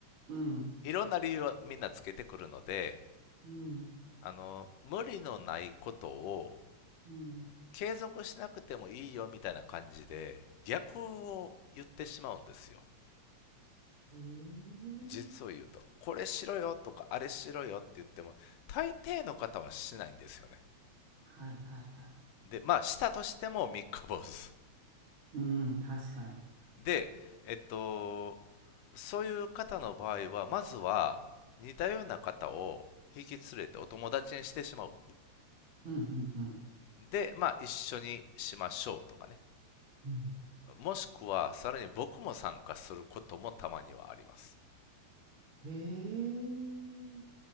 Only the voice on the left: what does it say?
いろんな理由をみんなつけてくるので、
あの、無理のないことを
継続しなくてもいいよみたいな感じで、逆を言ってしまうんですよ。
実を言うと、これしろよとか、あれしろよって言っても、大抵の方はしないんですよね。
で、まあ、したとしても三日坊主。
で、えっと、そういう方の場合は、まずは、似たような方を引き連れてお友達にしてしまう。
で、まあ、一緒にしましょうとかね。
もしくは、さらに僕も参加することもたまにはあります。